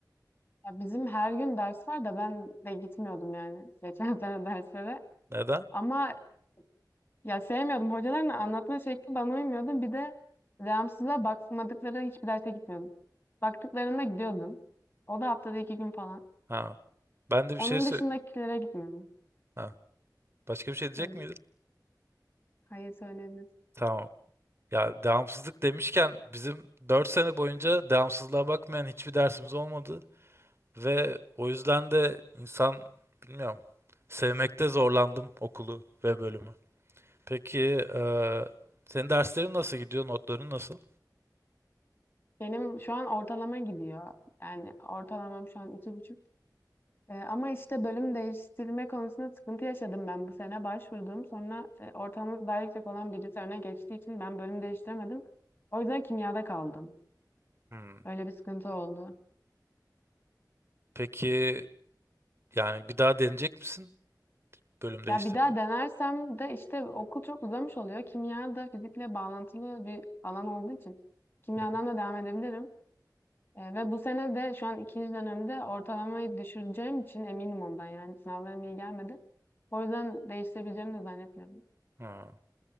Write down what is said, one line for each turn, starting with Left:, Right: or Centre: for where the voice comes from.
Left: Ya bizim her gün ders var da ben de gitmiyordum yani <laughs> geçen sene derslere.
Right: Neden?
Left: Ama ya sevmiyordum. Hocaların anlatma şekli bana uymuyordu. Bir de devamsızlığa bakmadıkları hiçbir derse gitmiyordum. Baktıklarında gidiyordum. O da haftada iki gün falan.
Right: Ha, ben de bir
Left: Onun
Right: şey sö-
Left: dışındakilere gitmiyordum
Right: ha, başka bir şey diyecek
Left: Böyle.
Right: miydin?
Left: Hayır söylenir.
Right: Tamam. Ya devamsızlık demişken bizim 4 sene boyunca devamsızlığa bakmayan hiçbir dersimiz olmadı ve o yüzden de insan bilmiyorum sevmekte zorlandım okulu ve bölümü. Peki eee, senin derslerin nasıl gidiyor? Notların nasıl?
Left: Benim şu an ortalama gidiyor. Yani ortalamam şu an iki buçuk. E, ama işte bölüm değiştirme konusunda sıkıntı yaşadım ben bu sene başvurdum. Sonra e, ortalaması daha yüksek olan birisi öne geçtiği için ben bölüm değiştiremedim. O yüzden kimyada kaldım.
Right: Hmm.
Left: Öyle bir sıkıntı oldu.
Right: Peki yani bir daha deneyecek misin bölüm
Left: Ya
Right: değiştirmeyi?
Left: bir daha denersem de işte okul çok uzamış oluyor. Kimya da fizikle bağlantılı bir alan olduğu için kimyadan
Right: Hı hı.
Left: da devam edebilirim. E, ve bu sene de şu an ikinci dönemde ortalamayı düşüreceğim için eminim ondan yani sınavlarım iyi gelmedi. O yüzden değiştirebileceğimi de zannetmiyorum.
Right: Ha.